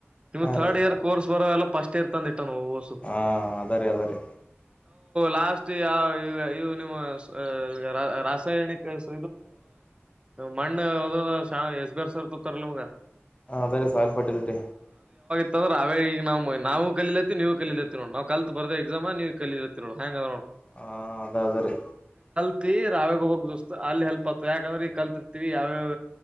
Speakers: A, on the right; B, on the left.
A: ನಿಮ್ಮ
B: ಹಾಂ
A: ಥರ್ಡ್
B: ರೀ
A: ಇಯರ್ ಕೋರ್ಸ್ ಬರೋ ಎಲ್ಲಾ. ಪಸ್ಟ್ ಇಯರ್ ತಂದ್ <unintelligible> ಸು
B: ಹಾಂ ಅದ ರೀ ಅದ ರೀ
A: ಲಾಸ್ಟ್ ಯಾವ ಇವು ಇವು <unintelligible> ರಾಸಾಯನಿಕ <unintelligible> ಮಣ್ಣು ಇದಾದ ಶಾ ಎಸ್ಬಾರ್ ಸರ್ ತೋಗೋತಾರ್ ಅಲ್ಲ ನಮ್ಮಗ.
B: ಹ ಅದೇ ರೇ ಸಲ್ಫರ್ಟಲ್ಟಿ
A: ಅ್ರ ಅವೇ ಈಗ ನಾವು ನಾವು ಕಲತ್ತ ನೀವು ಕಲತ್ತ ನೋ ನಾವು ಕಲ್ತ್ ಬರ್ದೆ ಎಕ್ಸಾಮ ನೀವು ಕಲತ್ತ ನೋಡು ಹ್ಯಾಗೆ ನೋಡು.
B: ಹ್ ಅದ್ ಅದ್ ರೀ
A: <unintelligible> ಅಲ್ಲಿ ಹೆಲ್ಪ್ ಆತ ಯಾಕಂದ್ರೆ ಕಲ್ತಿರ್ತತಿವಿ ಯಾವ್ಯಾವ.